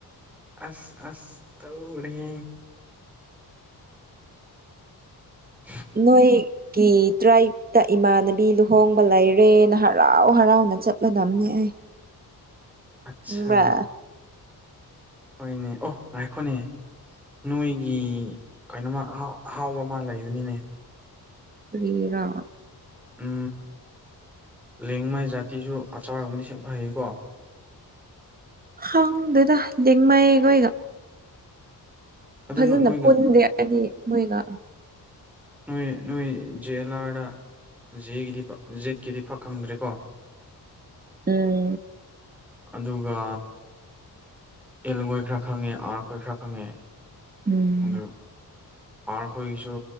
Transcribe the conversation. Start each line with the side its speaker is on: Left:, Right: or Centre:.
Centre: ꯑꯁ ꯑꯁ ꯇꯧꯔꯤ <unintelligible> <unintelligible>
Right: ꯅꯣꯏ ꯀꯤ ꯇ꯭ꯔꯥꯏꯞꯇ ꯏꯃꯥꯟꯅꯕꯤ ꯂꯨꯍꯣꯡꯕ ꯂꯩꯔꯦꯅ ꯍꯔꯥꯎ ꯍꯔꯥꯎꯅ ꯆꯠꯂꯗꯝꯅꯦ ꯑꯩ
Centre: ꯑꯠꯁꯥ
Right: ꯈꯪꯕ꯭ꯔꯥ
Centre: ꯍꯣꯏꯅꯦ ꯑꯣ ꯉꯥꯏꯈꯣꯅꯦ ꯅꯣꯏꯒꯤ ꯀꯩꯅꯣꯃ ꯑꯍꯥꯎ ꯑꯍꯥꯎꯕ ꯑꯃ ꯂꯩꯕꯅꯤꯅꯦ
Right: ꯀꯔꯤꯔꯥ
Centre: ꯎ ꯂꯦꯡꯃꯩ ꯖꯥꯇꯤꯁꯨ ꯑꯆꯥꯔꯒꯨꯝꯅ ꯁꯦ ꯐꯩꯀꯣ
Right: ꯈꯪꯗꯦꯗ ꯂꯦꯡꯃꯩꯈꯣꯏꯒ
Centre: ꯑꯗꯣ
Right: ꯐꯖꯅ
Centre: ꯅꯣꯏꯒ
Right: ꯄꯨꯟꯗꯦ ꯍꯥꯏꯗꯤ ꯃꯣꯏꯒ
Centre: ꯅꯣꯏ ꯅꯣꯏ ꯖꯦ ꯑꯦꯜ ꯑꯥꯔꯗ ꯖꯦꯒꯤꯗꯤ ꯖꯦꯠꯀꯤꯗꯤ ꯐꯛ ꯈꯪꯗ꯭ꯔꯦꯀꯣ
Right: ꯎꯝ
Centre: ꯑꯗꯨꯒ ꯑꯦꯜ ꯍꯣꯏ ꯈꯔ ꯈꯪꯉꯦ ꯑꯥꯔꯈꯣꯏ ꯈꯔ ꯈꯪꯉꯦ
Right: ꯎꯝ
Centre: ꯑꯗꯨ ꯑꯥꯔ ꯑꯩꯈꯣꯏꯒꯤꯁꯨ